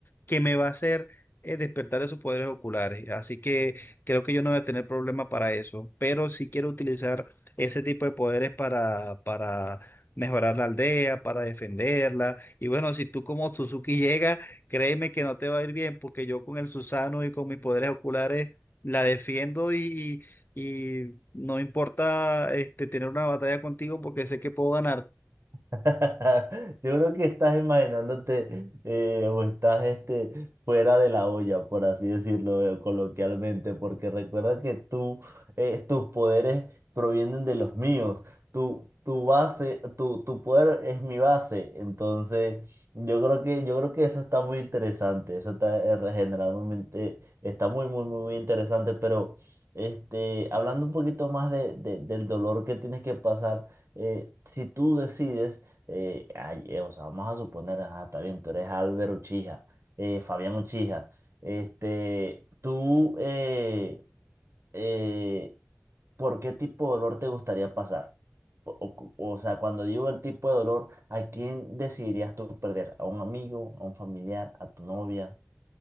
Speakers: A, on the left (about 45°); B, on the right (about 60°).
A: que me va a hacer eh, despertar esos poderes oculares. Así que creo que yo no voy a tener problema para eso, pero sí quiero utilizar ese tipo de poderes para, para mejorar la aldea, para defenderla. Y bueno, si tú como Suzuki <laughs> llegas, créeme que no te va a ir bien porque yo con el Susano y con mis poderes oculares la defiendo y, y- y no importa este, tener una batalla contigo porque sé que puedo ganar.
B: <laughs> Yo creo que estás imaginándote eh, o estás este, fuera de la olla, por así decirlo eh, coloquialmente, porque recuerda que tú, eh, tus poderes provienen de los míos. Tu, tu base, tu, tu poder es mi base. Entonces, yo creo que, yo creo que eso está muy interesante. Eso está eh, regeneralmente, está muy, muy, muy, muy interesante. Pero este, hablando un poquito más de, de- del dolor que tienes que pasar eh, si tú decides eh, ay, eh, o sea, vamos a suponer, ajá, está bien, tú eres Álvaro Uchija, eh, Fabián Uchija, este, tú, eh, eh, ¿por qué tipo de dolor te gustaría pasar? O, o cu- o sea, cuando digo el tipo de dolor, ¿a quién decidirías tú perder? ¿A un amigo, a un familiar, a tu novia?